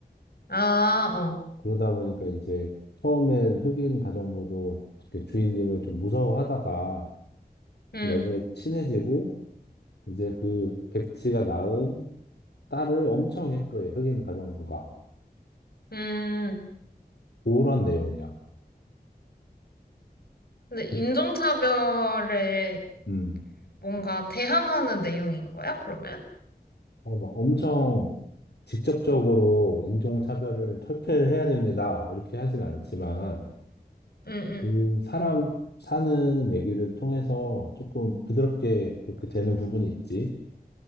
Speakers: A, on the left; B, on the left.
A: 아, 어.
B: 그러다 보니까 이제 처음엔 흑인 가정부도 이렇게 주인님을 좀 무서워하다가
A: 음,
B: 나중에 친해지고 이제 그 백치가 낳은 딸을 엄청 예뻐해, 흑인 가정부가.
A: 음.
B: 그런 내용이야.
A: 근데
B: 그-
A: 인종차별에
B: 음.
A: 뭔가 대항하는 내용인 거야, 그러면?
B: 어, 막 엄청 직접적으로 인종차별을 철폐를 해야 됩니다. 이렇게 하진 않지만
A: 응, 응.
B: 그 사람 사는 얘기를 통해서 조금 부드럽게 그렇게 되는 부분이 있지.